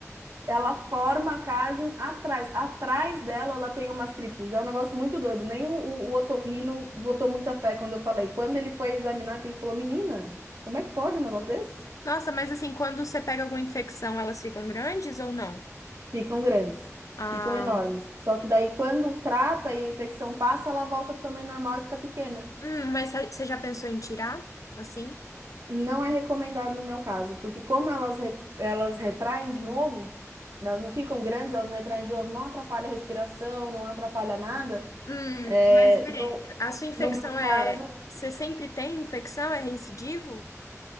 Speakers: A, on the right; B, on the left.
A: ela forma a cásium atrás. Atrás dela, ela tem umas criptas. É um negócio muito doido. Nem o, o, o otorrino botou muita fé quando eu falei. Quando ele foi examinar, que ele falou, menina, como é que pode um negócio desse?
B: Nossa, mas assim, quando você pega alguma infecção, elas ficam grandes ou não?
A: Ficam grandes,
B: Ah,
A: ficam enormes. Só que daí, quando trata e a infecção passa, ela volta para o tamanho normal e fica pequena.
B: hum, mas você já pensou em tirar? Assim?
A: Não é recomendado no meu caso, porque como elas, re- elas retraem de novo, elas não ficam grandes, elas retraem de novo, não atrapalha a respiração, não atrapalha nada.
B: Hum,
A: É,
B: mas vê,
A: no,
B: a sua infecção
A: no meu caso,
B: é. Você sempre tem infecção? É reincidivo?